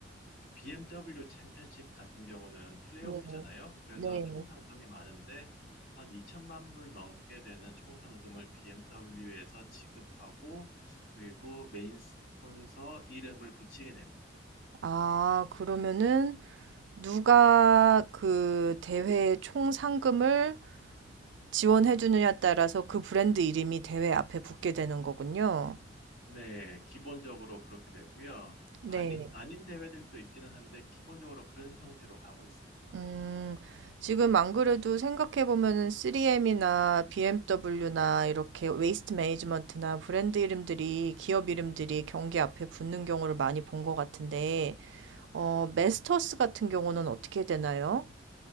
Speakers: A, on the left; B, on the right.
A: BMW 챔피언십 같은 경우는 플레이오프잖아요.
B: 예.
A: 그래서
B: 네.
A: 총 상금이 많은데 한 2천만 불 넘게 되는 총 상금을 BMW에서 지급하고 그리고 메인 스폰서 이름을 붙이게 됩니다.
B: 아, 그러면은 누가 그 대회 총 상금을 지원해 주느냐에 따라서 그 브랜드 이름이 대회 앞에 붙게 되는 거군요.
A: 네, 기본적으로 그렇게 되고요.
B: 네.
A: 아니, 아닌 대회들도 있기는 한데 기본적으로 그런 형태로 가고 있습니다.
B: 음, 지금 안 그래도 생각해 보면은 3M이나 BMW나 이렇게 웨이스트 매니지먼트나 브랜드 이름들이 기업 이름들이 경기 앞에 붙는 경우를 많이 본 것 같은데, 어, 메스터스 같은 경우는 어떻게 되나요?